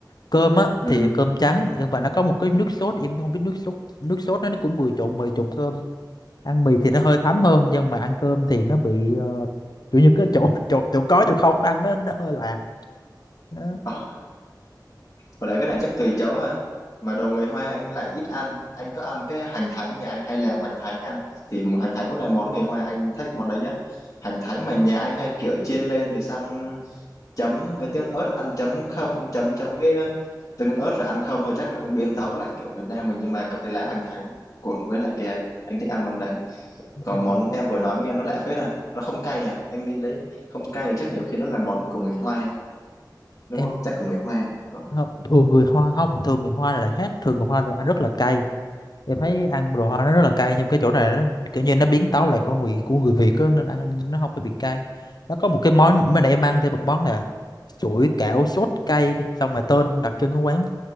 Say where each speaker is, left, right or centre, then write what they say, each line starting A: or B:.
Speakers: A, on the left; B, on the left.
A: cơm á
B: Ừ.
A: thì cơm trắng nhưng mà nó có một cái nước sốt em không biết nước sốt nước sốt nó nó cũng vừa trộn mì trộn cơm ăn mì thì nó hơi thấm hơn nhưng mà ăn cơm thì nó bị ờ, kiểu như cái chỗ <laughs> chỗ chỗ có chỗ không ăn nó nó hơi lạc nó
B: Ờ, và lại cái này chắc tùy chỗ ha. Mà đồ người Hoa anh lại ít ăn. Anh có ăn cái hành thánh nhà anh hay làm hành thánh ăn. Thì m- hành thánh cũng là món người Hoa anh thích món đấy nhất. Hành thánh mà nhà anh hay kiểu chiên lên rồi xong chấm với tương ớt ăn chấm không chấm chấm với tương ớt rồi ăn không rồi chắc là không biến tấu lại kiểu Việt Nam mình nhưng mà có cái lá hành thánh cuộn với lại cái ấy anh thích ăn món đấy còn
A: Ừ.
B: món em vừa nói nghe nó lạ phết à nó không cay à anh nghĩ đấy không cay thì chắc nhiều khi nó là món của người Hoa đúng
A: em
B: không chắc của người Hoa Còn-
A: không, thường người Hoa không thường người Hoa là lại khác thường người Hoa đồ ăn rất là cay em thấy ăn đồ Hoa nó rất là cay nhưng cái chỗ này nó kiểu như nó biến tấu lại khẩu vị của người Việt á, nên ăn nó không phải bị cay nó có một cái món mới nãy em ăn thêm một món là chuỗi kẹo sốt cay xong mà tên đặc trưng của quán